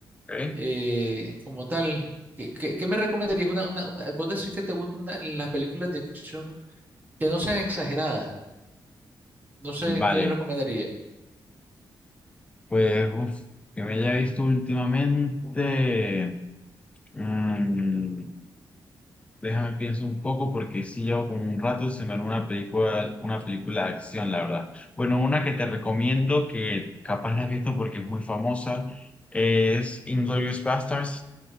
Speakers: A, on the left; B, on the right.
A: ok.
B: eh, como tal. ¿Qué, qué, qué me recomendarías? Una, una, una- vos decís que te gustan una- las películas de acción que no sean exageradas. No sé,
A: Vale,
B: ¿qué me recomendarías?
A: pues, uf, que me haya visto últimamente. mm, Déjame pienso un poco porque sí llevo como un rato se me armó una película, una película de acción, la verdad. Bueno, una que te recomiendo que capaz la has visto porque es muy famosa es Inglourious Basterds,